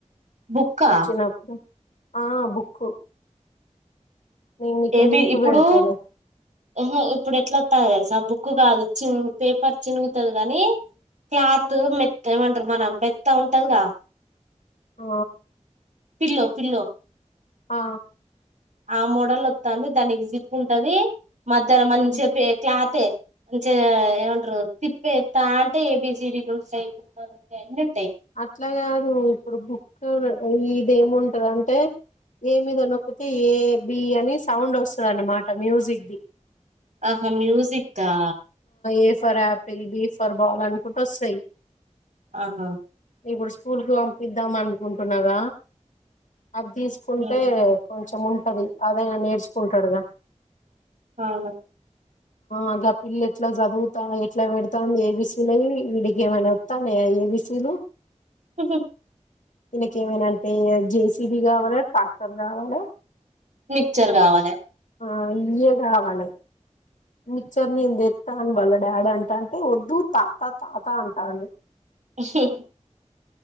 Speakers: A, on the right; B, on the left.
A: బుక్కా
B: వచ్చిన అప్పుడు ఆ బుక్ నేను నీకు
A: ఏది
B: లింక్
A: ఇప్పుడు
B: పెడతాలే
A: ఊహు ఇప్పుడు ఎట్లాస్త తెలిసి బుక్ కాదు చి పేపర్ చినుగుతుంది కానీ క్లాత్ మెత్తగ ఉంటది మనం మెత్త ఉంటదిగా
B: ఆ
A: పిల్లో పిల్లో
B: ఆ
A: ఆ మోడల్ లో వస్తుాంది దానికి జిప్ ఉంటది మధర మంచి
B: ఆ.
A: చె ప క్లాతే మంచి ఏమంటారు తిప్పే ఎత్తా అంటే ఏబిసిడలు ఉంటాయిలు ఉంటాయి అన్ని ఉంటాయి
B: అట్లా కాదు ఇప్పుడు బుక్ ఇది ఏముంటదంటే ఏమైనా నొక్కితే ఏ బి అని సౌండ్ వస్తుంది అన్నమాట మ్యూజిక్దిి
A: ఆహా మ్యూజిక్ ఆ
B: A for apple B for ball అనుకుంటూ వస్తాయి
A: ఆహా
B: ఇప్పుడు స్కూల్ కి పంపిద్దాం అనుకుంటున్నార అది తీసుకుంటే
A: ఉమ్
B: కొంచెం కం ఉంటది అదే నేర్చుకుంటాడుగా
A: అవును
B: ఆగా పిల్లు ఎట్లా చదువుతా ఎట్లా పెడతా ఏబీసీల విడిగి ఏమైనా వస్తా ఏబీసీలు
A: అే
B: వీనికి ఏమైనాంటే జేసీబి కావాలా ట్రాక్టర్ కావాలా
A: మిక్చర్ కావాలి
B: ఆ ఇ్యే కావాలి మిక్చర్ నేను తెతాను వాళ్ళ డాడీ అంట అంటే వద్దు తాత తాత అంటాను
A: ఎహి